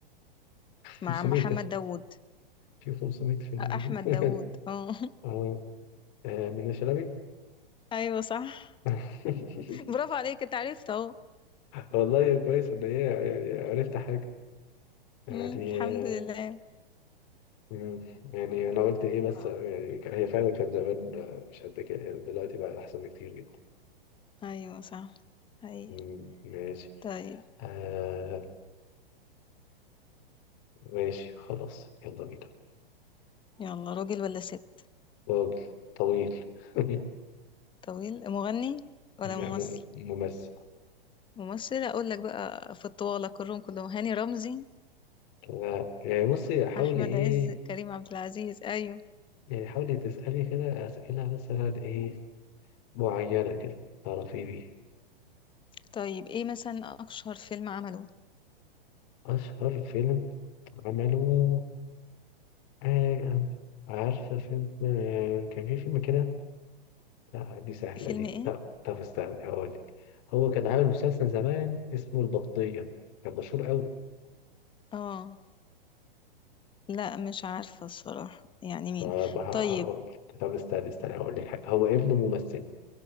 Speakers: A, on the left; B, on the left.
A: مع
B: 500
A: محمد داوود
B: في 500 فيلم
A: آه، أحمد
B: نزل <laughs>
A: داوود اه
B: اه آه، من شلبي
A: <laughs> أيوة صح
B: <laughs>
A: برافو عليك انت عرفت اهو
B: والله يا كويس ان هي يعني عرفت حاجة يعني
A: مم، الحمد
B: آه،
A: لله
B: مم، يعني انا قلت ايه
A: حلو
B: بس
A: أوي.
B: آه، يعني هي فعلا كانت زمان آه، مش قد كده يعني دلوقتي بقى احسن بكتير جدا
A: أيوة صح أي
B: مم، ماشي
A: طيب
B: آه ماشي خلاص يلا بينا
A: يلا راجل ولا ست
B: راجل طويل <laughs>
A: طويل مغني ولا
B: لا،
A: ممثل
B: م- ممثل
A: ممثل أقول لك بقى في الطوالة كلهم كلهم هاني رمزي
B: لا يعني بصي حاولي
A: أحمد
B: ايه
A: عز كريم عبد العزيز أيوة
B: يعني حاولي تسألي كده أسئلة مثلا ايه معينة كده تعرفي بيه
A: طيب ايه مثلا أشهر فيلم عمله
B: أشهر فيلم عمله آه عارفة فيلم آه كان في فيلم كده لا دي سهلة
A: فيلم
B: دي
A: ايه
B: لا طب استنى هقولك هو كان عامل مسلسل زمان اسمه البطية كان مشهور أوي
A: اه لا مش عارفة الصراحة يعني مين
B: طب هقولك
A: طيب
B: طب استنى استنى هقولك حاجة هو ابنه ممثل